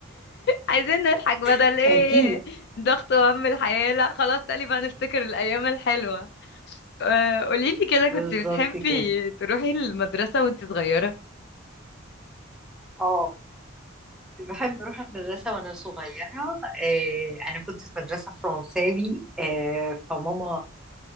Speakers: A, on the left; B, in the centre.
A: عايزين نضحك بدل
B: <laughs>
A: ايه
B: اكيد
A: ضغط وهم الحياه لا خلاص تقريبا هنفتكر الايام الحلوه آه، قوليلي كده كنت
B: بالظبط
A: بتحبي
B: كده
A: تروحي المدرسة وانت صغيرة
B: اه كنت بحب أروح المدرسة وأنا صغيرة آه، أنا كنت في مدرسة فرنساوي آه، فماما